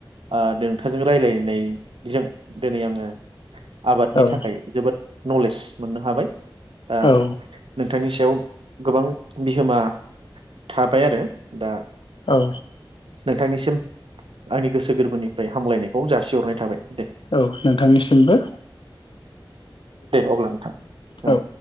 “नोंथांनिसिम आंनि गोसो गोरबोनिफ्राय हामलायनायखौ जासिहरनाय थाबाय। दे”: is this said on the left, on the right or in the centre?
Right